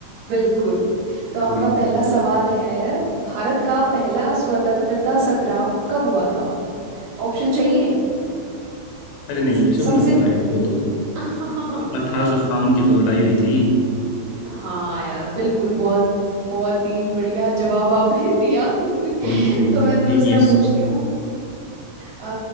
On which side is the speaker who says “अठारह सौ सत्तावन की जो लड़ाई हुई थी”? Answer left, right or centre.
Left